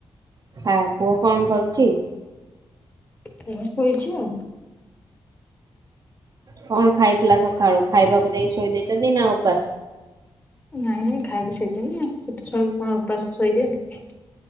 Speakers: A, on the right; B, on the left.
A: ଖା-ପୁଅ କଣ କରୁଛି?
B: ପୁଅ ଶୋଇଛି ଆଉ।
A: କଣ ଖାଇଥିଲା ସଖାଳୁ? ଖାଇବାକୁ ଦେଇ ଶୋଇ ଦେଇଛନ୍ତି ନା ଉପାସ?
B: ନାଇଁ ନାଇଁ ଖାଇକି ଶୋଇଚି ନା। ଛୋଟ ଛୁଆକୁ କଣ ଉପାସ ଶୋଇ ଦିଅନ୍ତି।